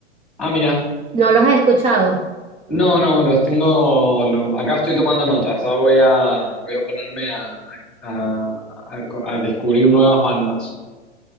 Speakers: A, in the centre; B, on the right.
A: Ah, mira.
B: ¿No los has escuchado?
A: No, no, los tengo. los- acá estoy tomando notas. Ahora voy a, voy a ponerme a, a- a- a descubrir nuevas bandas.